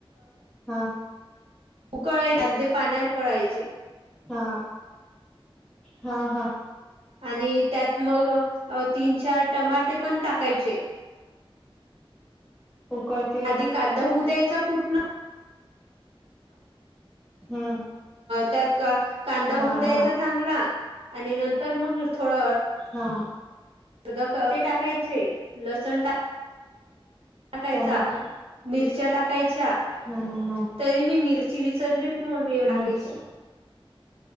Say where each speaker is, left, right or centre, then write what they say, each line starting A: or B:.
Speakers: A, in the centre; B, on the right.
A: हां
B: उकळायचे अग ते पाण्यात उकळायचे
A: हा हा हा
B: आणि त्यात मग तीन चार टमाटे पण टाकायचे
A: उकळत
B: आधी कांदा होऊ द्यायचा पूर्ण
A: हम्म
B: त्यात कांदा होऊ
A: हा
B: द्यायचा
A: हा
B: चांगला आणि नंतर मग थोडं
A: हा
B: अर्ध क ते टाकायचे लसण टा टाकायचा
A: टमाट
B: मिरच्या टाकायच्या
A: हा हा
B: तरी मी मिरची विसरली होती मगी टाकायची
A: मिरची